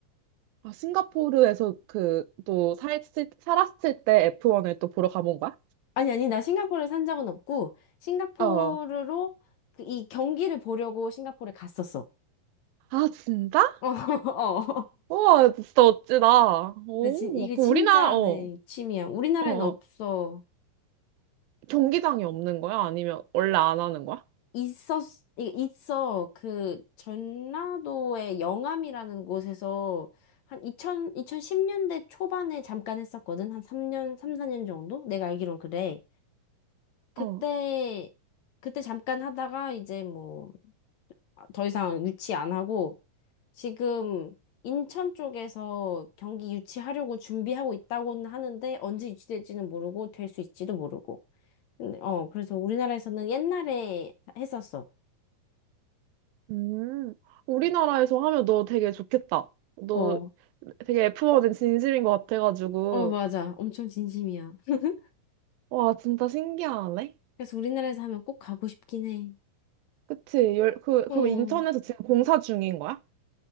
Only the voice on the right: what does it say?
아, 싱가포르에서 그, 또, 살, 살았을 때 F1을 또 보러 가본 거야?
어.
아, 진짜?
우와, 진짜 어찌다. 오,
그
우리나라, 어,
어, 어.
경기장이 없는 거야? 아니면 원래 안 하는 거야?
어.
음, 우리나라에서 하면 너 되게 좋겠다. 너
되게 F1은 진심인 것 같아가지고.
와, 진짜 신기하네.
그치? 열, 그,
그럼 인천에서 지금 공사 중인 거야?